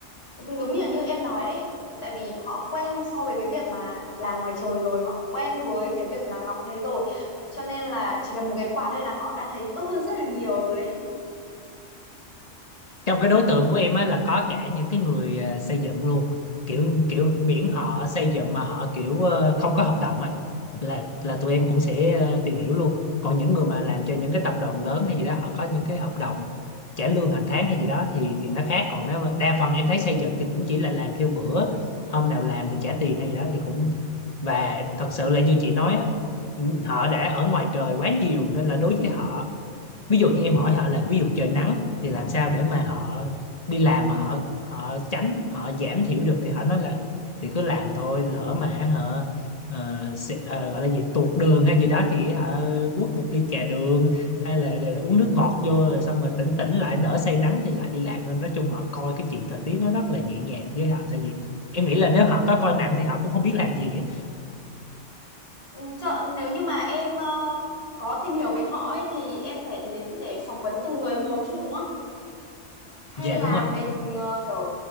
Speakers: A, on the left; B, on the left.
A: đúng như là như em nói đấy tại vì họ quen so với cái việc mà làm ngoài trời rồi họ quen với cái việc nắng nóng đấy rồi cho nên là chỉ cần một cái quạt đây là họ đã thấy tốt hơn rất là nhiều rồi ấy.
B: trong cái đối tượng của em á là có cả những cái người ờ, xây dựng luôn kiểu kiểu miễn họ xây dựng mà họ kiểu ờ, không có hợp đồng á là là tụi em cũng sẽ ờ, tìm hiểu luôn còn những người mà làm cho những cái tập đoàn lớn hay gì đó họ có những cái hợp đồng trả lương hàng tháng hay gì đó thì thì nó khác còn nếu mà đa phần em thấy xây dựng thì cũng chỉ là làm theo bữa hôm nào làm thì trả tiền hay gì đó thì cũng và thật sự là như chị nói á họ đã ở ngoài trời quá nhiều nên là đối với họ ví dụ như em hỏi họ là ví dụ trời nắng thì làm sao để mà họ đi làm mà họ họ tránh họ giảm thiểu được thì họ nói là thì cứ làm thôi lỡ mà họ ờ, sẽ- ờ, gọi là gì tuột đường hay gì đó thì họ quất một ly trà đường hay là, là uống nước ngọt vô rồi xong rồi tỉnh tỉnh lại đỡ say nắng thì lại đi làm thôi nói chung họ coi cái chuyện thời tiết nó rất là nhẹ nhàng với họ tại vì em nghĩ là nếu họ có coi nặng thì họ cũng không biết làm gì á
A: Ừ, Chợ, nếu như mà em ờ, có tìm hiểu về họ ấy thì em phải đến để phỏng vấn từng người một chứ đúng không? Hay
B: dạ
A: là
B: đúng rồi
A: mình ờ, kiểu